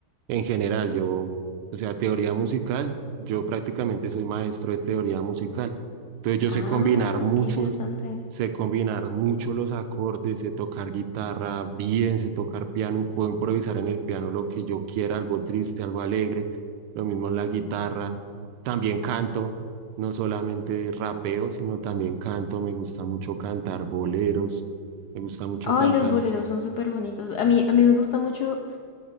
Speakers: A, on the right; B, on the left.
A: en general. Yo, o sea, teoría musical, yo prácticamente soy maestro de teoría musical. Entonces yo
B: Ah,
A: sé combinar muchos,
B: qué interesante.
A: sé combinar mucho los acordes, sé tocar guitarra bien, sé tocar piano y puedo improvisar en el piano lo que yo quiera, algo triste, algo alegre lo mismo en la guitarra, también canto, no solamente rapeo, sino también canto, me gusta mucho cantar boleros, me gusta mucho
B: Ay,
A: cantar,
B: los boleros son súper bonitos. A mí, a mí me gusta mucho